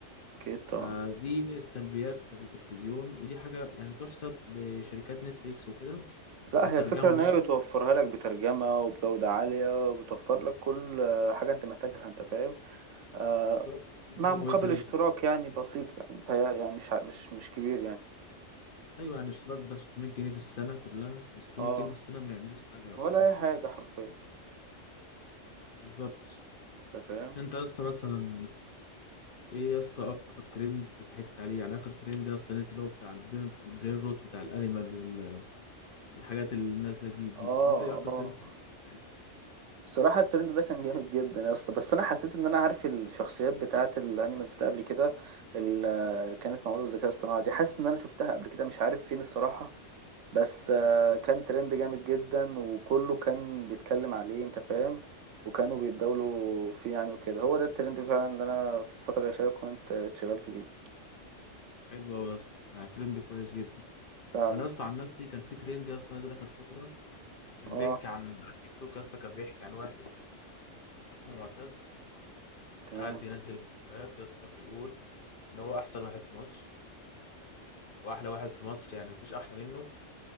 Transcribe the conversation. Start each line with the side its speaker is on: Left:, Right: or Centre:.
Right: اكيد طبعا
Left: فدي من السلبيات بتاعت التلفزيون ودي حاجه يعني تحسب لشركات نتفليكس وكده
Right: لا
Left: والترجمه
Right: هي الفكرة ان
Left: برضه
Right: هي بتوفرها لك بترجمة وبجودة عالية وبتوفر لك كل آه، حاجة انت محتاجها انت فاهم آه
Left: بالظبط دي
Right: مع
Left: حاجه
Right: مقابل
Left: كويسه جدا
Right: اشتراك يعني بسيط يعني بتهيألي يعني مش ع- مش مش كبير يعني
Left: ايوه يعني الاشتراك بتاع 600 جنيه في السنه كلها يعني 600
Right: اه
Left: جنيه في السنه ما يعملوش حاجه يعتبر
Right: ولا اي حاجة حرفيا
Left: بالظبط
Right: انت فاهم
Left: انت يا اسطى مثلا ايه يا اسطى اكتر ترند ضحكت عليه يعني اخر ترند يا اسطى نزل اللي هو بتاع البرين البرين روت بتاع الانيمال وال- والحاجات اللي نازله جديد دي
Right: اه
Left: انت ايه اكتر
Right: اه
Left: ترند ضحكت عليه ساعتها
Right: صراحة الترند ده كان جامد جدا يا اسطى بس انا حسيت ان انا عارف الشخصيات بتاعة الانيمالز ده قبل كده اللي كانت معمولة بالذكاء الاصطناعي دي حاسس ان انا شفتها قبل كده مش عارف فين الصراحة بس آه، كان ترند جامد جدا وكله كان بيتكلم عليه انت فاهم وكانوا بيتداولوا فيه يعني وكده هو ده الترند فعلا اللي انا في الفترة الأخيرة كنت اتشغلت بيه
Left: حلو قوي يا اسطى يعني ترند كويس جدا
Right: فعلا
Left: انا يا اسطى عن نفسي كان في ترند يا اسطى نازل اخر فتره كان
Right: اه
Left: بيحكي عن على التيك توك يا اسطى كان بيحكي عن واحد اسمه معتز
Right: تمام
Left: قاعد بينزل فيديوهات يا اسطى بيقول ان هو احسن واحد في مصر واحلى واحد في مصر يعني مفيش احلى منه